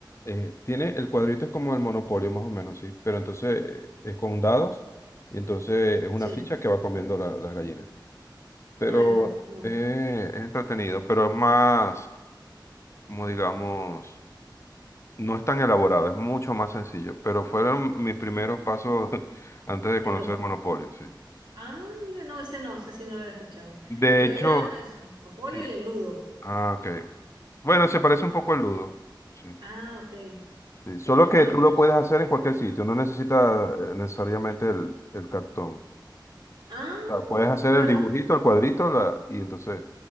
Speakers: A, on the left; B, on the right.
A: eh, tiene, el cuadrito es como el monopolio más o menos, ¿sí? Pero entonces eh, es con dados y entonces es una
B: Sí.
A: ficha que va comiendo la- las gallinas. Pero
B: Ay, no, no.
A: eh, es entretenido, pero es más, como digamos, no es tan elaborado, es mucho más sencillo. Pero fueron mis primeros pasos <laughs> antes de
B: El
A: conocer
B: ojo.
A: monopolio, sí.
B: Ah, mira, no, ese no, ese sí no lo había escuchado.
A: De
B: Yo
A: hecho,
B: era ese, el Monopolio
A: sí.
B: y el Ludo.
A: Ah, ok. Bueno, se parece un poco al Ludo. Sí.
B: Ah, ok.
A: Sí,
B: Ok,
A: Solo
B: nunca
A: que
B: lo
A: tú
B: escuché.
A: lo puedes hacer en cualquier sitio, no necesitas eh, necesariamente el, el cartón.
B: Ah,
A: O sea, puedes hacer
B: bueno.
A: el dibujito, el cuadrito, la- y entonces